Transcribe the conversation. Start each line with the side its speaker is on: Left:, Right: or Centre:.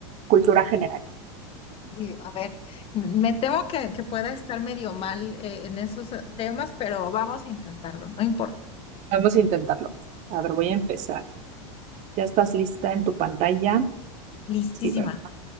Right: cultura general.
Left: Y, a ver, m- me temo que, que pueda estar medio mal eh, en esos eh, temas, pero vamos a intentarlo, no importa.
Right: Vamos a intentarlo. A ver, voy a empezar. ¿Ya estás lista en tu pantalla?
Left: Listísima.
Right: Sí, bueno.